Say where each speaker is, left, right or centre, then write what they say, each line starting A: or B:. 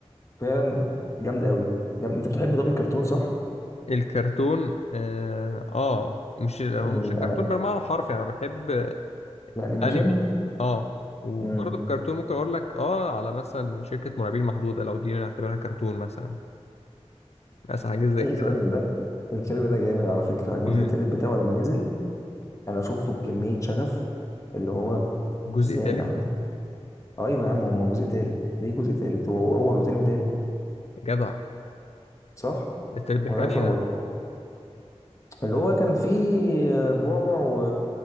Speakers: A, on the left (about 30°); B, on the left (about 70°).
A: فعلا جامد قوي جامد انت بتحب طب الكرتون صح
B: الكرتون اه, آه مش هو
A: من
B: مش
A: ال...
B: الكرتون
A: انا
B: بالمعنى الحرفي يعني انا بحب
A: الانيميشن
B: انمي اه وبرضه
A: امم
B: الكرتون ممكن اقول لك اه على مثلا شركة مرعبين محدودة لو دي نعتبرها كرتون مثلا مثلا حاجة زي
A: الفيلم
B: كده
A: ده الفيلم ده جامد على فكره الجزء
B: امم
A: التالت بتاعه لما نزل انا شفته بكميه شغف اللي هو
B: الجزء
A: ازاي
B: التالت
A: يا عم ايوه يا عم هو جزء تالت ليه جزء تالت هو اول وتاني وتالت
B: جدع
A: صح
B: ده التالت بيحكي
A: ولا
B: عن
A: اتلخبط
B: ايه ده
A: اللي هو كان فيه بعبع و...